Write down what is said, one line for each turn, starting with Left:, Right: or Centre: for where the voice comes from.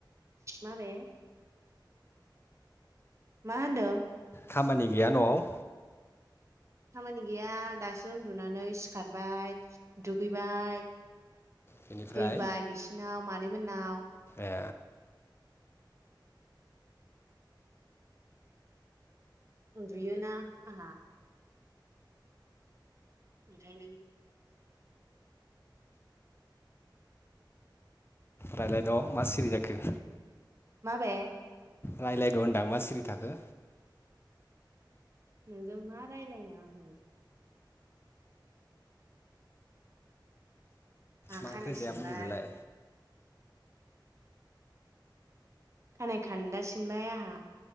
Right: माबे मा होनदों
Left: खामानि गैया न'आव
Right: खामानि गैया दासो उन्दुनानै सिखारबाय दुगैबाय
Left: बेनिफ्राय
Right: फैबाय बिसिनाव आनै मोनाव
Left: ए
Right: उन्दुयोना आंहा एखायनो
Left: रायलायद' मा सिरि जाखो
Right: मा बे
Left: रायज्लायद दां मा सिरि थाखो
Right: नोंजों मा रायलायनो आङो आंहा
Left: मा
Right: खानाय
Left: ओंख्रि जायामोन
Right: सिनबाय
Left: दिनैलाय
Right: खानाय खान्दा सिनबाय आंहा